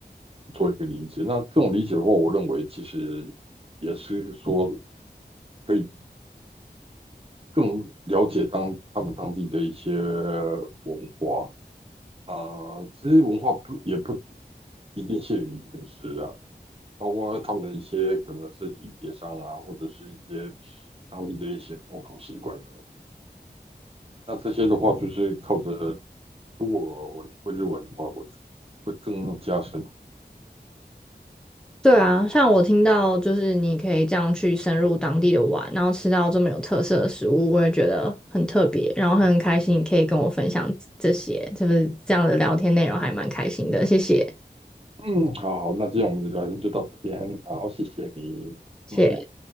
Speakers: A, on the right (about 35°); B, in the centre.
A: 做一个理解。那这种理解的话，我认为其实也是说可以更了解当他们当地的一些文化。啊、呃，其实文化不也不一定限于饮食啊，包括他们一些可能是礼节上啊，或者是一些当地的一些风俗习惯等。那这些的话，就是靠着如果我会日文的话，我会更加深。
B: 对啊，像我听到就是你可以这样去深入当地的玩，然后吃到这么有特色的食物，我也觉得很特别，然后很开心你可以跟我分享这些，就是这样的聊天内容还蛮开心的，谢谢，
A: 嗯，好好，那今天我们的聊天就到这边，好，谢谢你。
B: 谢谢。
A: 嗯。